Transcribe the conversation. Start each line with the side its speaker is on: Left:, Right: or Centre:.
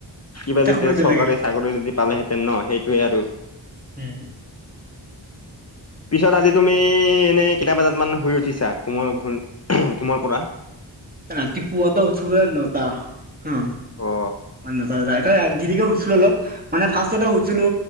Left: কিবা
Right: তাক
Left: যদি
Right: কৰিতে
Left: চৰকাৰী
Right: লাগে
Left: চাকৰি যদি পালেহে ন, সেইটোয়ে আৰু
Right: হম'।
Left: পিছত আজি তুমি এনে কেইটা বজাত মান শুই উঠিছা? কোমৰ ঘ ঘুমৰ পৰা?
Right: ৰাতিপুৱাটো উছো অ নটা। হম,
Left: অ
Right: নটাকে শুইছিলো অলপ মানে ফাৰ্ষ্টতেুইছিলো